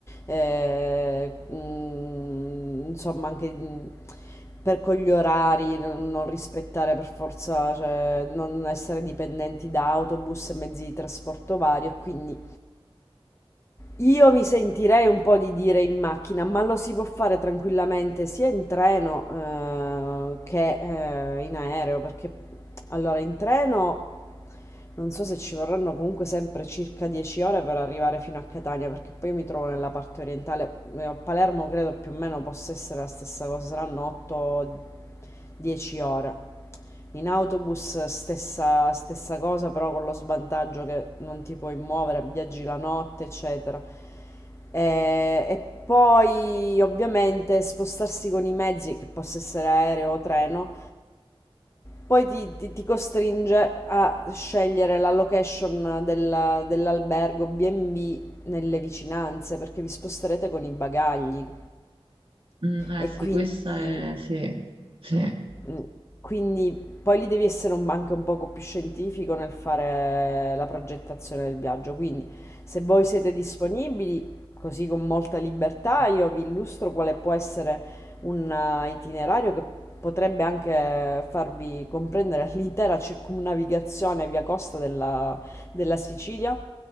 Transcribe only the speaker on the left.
Ehm, mhmm, insomma anche, mhmm, per con gli orari non non rispettare per forza cioè non essere dipendenti da autobus e mezzi di trasporto vario e quindi io mi sentirei un po' di dire in macchina, ma lo si può fare tranquillamente sia in treno, ehm, che, ehm, in aereo, perché allora in treno non so se ci vorranno comunque sempre circa 10 ore per arrivare fino a Catania, perché poi io mi trovo nella parte orientale eh, A Palermo credo più o meno possa essere la stessa cosa, saranno 8-10 ore. In autobus stessa, stessa cosa, però con lo svantaggio che non ti puoi muovere, viaggi la notte, eccetera. E, e poi ovviamente spostarsi con i mezzi, che possa essere aereo o treno, poi ti, ti- ti costringe a scegliere la location del- dell'albergo B&B nelle vicinanze, perché vi sposterete con i bagagli.
E
quindi,
mm, quindi poi lì devi essere un- anche un poco più scientifico nel fare la progettazione del viaggio. Quindi, se voi siete disponibili, così con molta libertà, io vi illustro quale può essere un eh, itinerario che potrebbe anche farvi comprendere l'intera circumnavigazione via costa della, della Sicilia,